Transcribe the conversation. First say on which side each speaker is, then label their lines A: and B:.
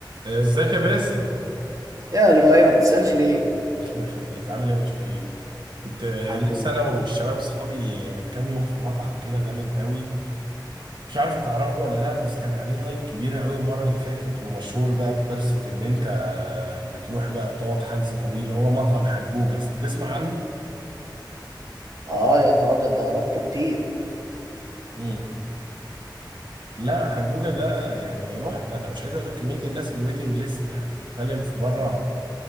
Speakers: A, on the right; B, on the right.
A: ازيك يا باسم
B: يا لؤي ما بتسألش ليه
A: الله يخليك عامل ايه يا بشوية؟ كنت آه،
B: الحمد
A: لسه
B: لله
A: انا والشباب اصحابي من كام يوم في مطعم كده جامد قوي مش عارف هتعرفه ولا لا بس كان عليه هايب كبيره قوي المره اللي فاتت ومشهور بقى بقصه ان انت آه، بتروح بقى بتقعد حجز طويل هو مطعم حجوجه تسمع عنه؟
B: اه يا نهار ابيض ده انا روحته كتير
A: مم. لا حجوجه ده يعني رحت انا مش عايز اقول لك كميه الناس الويتنج ليست يعني بتتكلم في بره